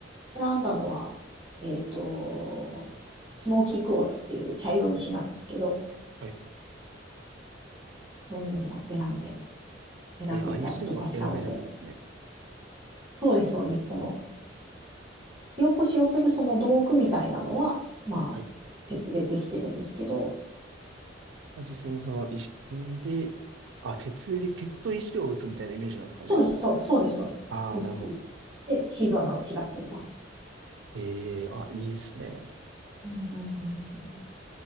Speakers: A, on the right; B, on the right.
A: 選んだのは、えっと、スモーキークォーツっていう茶色い石なんですけど、
B: はい。
A: そういうのを選んで、選べたりとかしたので、
B: えー、あ、石も選べるんですね。
A: そうです、そうです。その、火起こしをするその道具みたいなのは、まあ、
B: はい。
A: 鉄でできてるんですけど、
B: まあ、実際にその石で、あ、鉄で、鉄と石を打つみたいなイメージなんですかね。
A: そうです、そうです、そうです、そうです。
B: ああ、
A: 打つ。
B: なるほど。
A: で、火花を散らすみたいな。
B: ええあ、いいっすね。
A: うんうんうん